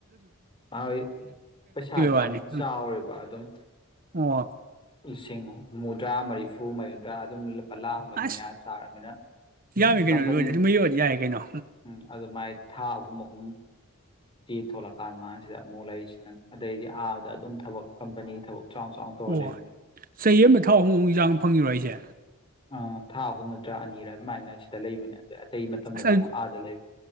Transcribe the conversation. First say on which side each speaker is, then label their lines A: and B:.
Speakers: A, on the left (about 25°); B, on the right (about 40°).
A: ꯃꯥꯏ ꯄꯩꯁꯥꯗꯤ
B: ꯋꯥꯅꯤ
A: ꯌꯥꯝ
B: ꯎꯝ
A: ꯆꯥꯎꯋꯦꯕ ꯑꯗꯨꯝ
B: ꯑꯣ
A: ꯂꯤꯁꯤꯡ ꯍꯨꯝꯐꯨꯗ꯭ꯔꯥ ꯃꯔꯤ ꯐꯨ ꯃꯧꯗ꯭ꯔ ꯑꯗꯨꯝ ꯂꯨꯄꯥ ꯂꯥꯛ ꯑꯃꯒꯤ
B: ꯑꯁ
A: ꯃꯌꯥ ꯆꯥꯔꯕꯅꯤꯅ
B: ꯌꯥꯝꯃꯤ ꯀꯩꯅꯣ
A: ꯀꯝꯄꯥꯅꯤ
B: ꯑꯗꯨ ꯑꯣꯏꯔꯗꯤ ꯑꯗꯨꯃ ꯌꯧꯔꯗꯤ ꯌꯥꯔꯦ ꯀꯩꯅꯣ
A: ꯎꯝ ꯑꯗꯨ ꯃꯥꯏ ꯊꯥ ꯑꯍꯨꯝ ꯑꯍꯨꯝ ꯊꯣꯛꯂꯛꯀꯥꯟ ꯃꯥꯁꯤꯗ ꯑꯃꯨꯛ ꯂꯩꯔꯤꯁꯤꯅ ꯑꯗꯩꯗꯤ ꯑꯥꯕꯗ ꯑꯗꯨꯝ ꯊꯕꯛ ꯀꯝꯄꯅꯤ ꯊꯕꯛ ꯆꯥꯎ ꯆꯥꯎꯅ ꯇꯧꯔ
B: ꯑꯣ
A: ꯂꯩꯕꯅꯦ
B: ꯆꯍꯤ ꯑꯃ ꯊꯥꯎ ꯑꯍꯨꯝ ꯍꯨꯝ ꯆꯥꯡ ꯐꯪꯉꯤꯔꯣ ꯍꯥꯏꯁꯦ
A: ꯑ ꯊꯥ ꯑꯍꯨꯝ ꯅꯠꯇ꯭ꯔꯥ ꯑꯅꯤꯔ ꯑꯗꯨꯃꯥꯏꯅ ꯁꯤꯗ ꯂꯩꯕꯅꯦ ꯑꯗꯩ ꯑꯇꯩ ꯃꯇꯝꯗꯅ
B: ꯑ ꯑꯁ
A: ꯑꯃꯨꯛ ꯑꯥꯗ ꯂꯩꯕ